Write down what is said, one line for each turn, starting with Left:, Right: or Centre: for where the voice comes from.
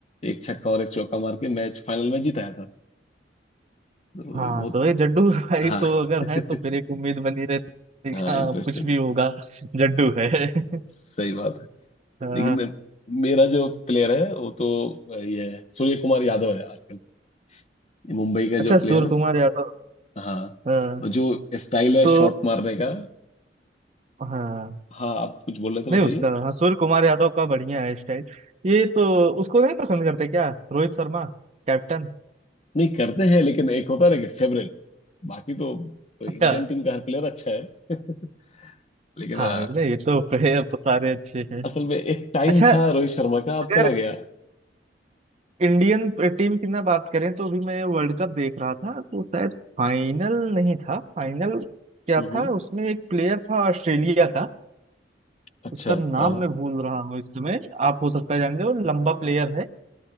Left: एक छक्का और एक चौका मार के मैच फाइनल में जिताया था तो
Right: हाँ
Left: बहुत
Right: तो ये जड्डू <laughs> भाई
Left: हाँ
Right: तो अगर
Left: <laughs>
Right: है तो फिर एक उम्मीद बनी रहती है
Left: हाँ
Right: कि हाँ
Left: इंटरेस्टिंग
Right: कुछ भी होगा जड्डू है <laughs>
Left: सही बात है
Right: हाँ।
Left: लेकिन मेरा जो प्लेयर है वो तो ये है, सूर्य कुमार यादव है आजकल ये मुंबई का
Right: अच्छा
Left: जो प्लेयर
Right: सूर्य
Left: है
Right: कुमार यादव
Left: हाँ
Right: हाँ
Left: और जो स्टाइल है
Right: तो
Left: शॉट मारने का
Right: हाँ
Left: हाँ आप कुछ बोल रहे थे
Right: नहीं
Left: बताइए
Right: उसका हाँ सूर्य कुमार यादव का बढ़िया है स्टाइल ये तो उसको नहीं पसंद करते क्या रोहित शर्मा कैप्टन
Left: नहीं करते हैं लेकिन एक होता है ना कि फेवरेट बाकी तो इंडियन
Right: अच्छा
Left: टीम का हर प्लेयर अच्छा है <laughs> लेकिन
Right: हाँ
Left: अ,
Right: नहीं ये तो <laughs> प्लेयर तो सारे अच्छे हैं
Left: असल में एक टाइम
Right: अच्छा
Left: था रोहित शर्मा का अब
Right: अगर
Left: चला गया
Right: इंडियन टीम की ना बात करें तो अभी मैं वर्ल्ड कप देख रहा था तो शायद फाइनल नहीं था फाइनल क्या
Left: हम्म
Right: था
Left: हम्म,
Right: उसमें एक प्लेयर था ऑस्ट्रेलिया का
Left: अच्छा
Right: उसका नाम
Left: हाँ
Right: मैं भूल रहा हूँ इस समय आप हो सकता है जानते हो लंबा प्लेयर है